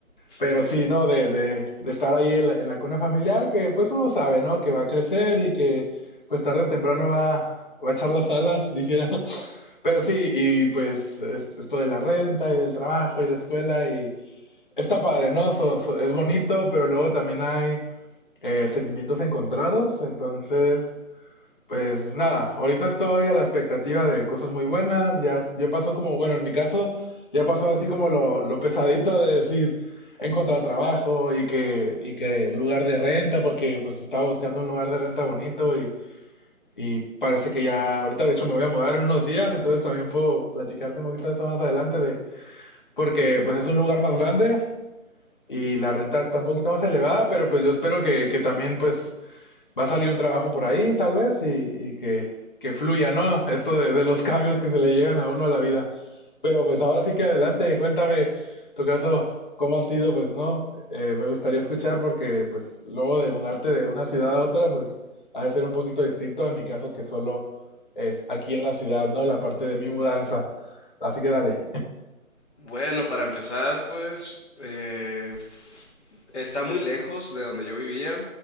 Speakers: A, on the left; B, on the left.
A: Sí.
B: pero sí, ¿no? De, de, de estar ahí en la, en la cuna familiar, que pues uno sabe, ¿no? Que va a crecer y que pues tarde o temprano va, va a echar las alas, dijera. <laughs> Pero sí, y pues es- esto de la renta y del trabajo y la escuela y está padre, ¿no? So- so- es bonito, pero luego también hay eh, sentimientos encontrados, entonces... Pues nada, ahorita estoy a la expectativa de cosas muy buenas. Ya, yo pasó como, bueno, en mi caso, ya pasó así como lo, lo pesadito de decir encontrar trabajo y que, y que lugar de renta, porque pues estaba buscando un lugar de renta bonito y, y parece que ya, ahorita de hecho me voy a mudar en unos días, entonces también puedo platicarte un poquito de eso más adelante de, porque pues es un lugar más grande y la renta está un poquito más elevada, pero pues yo espero que, que también pues va a salir un trabajo por ahí, tal vez, y, y que, que fluya, ¿no? Esto de, de los cambios que se le llegan a uno a la vida. Pero pues ahora sí que adelante, cuéntame tu caso, cómo ha sido, pues no, Eh, me gustaría escuchar porque pues luego de mudarte de una ciudad a otra, pues ha de ser un poquito distinto en mi caso que solo es aquí en la ciudad, ¿no? La parte de mi mudanza. Así que dale.
A: Bueno, para empezar, pues, eh, f- está muy lejos de donde yo vivía.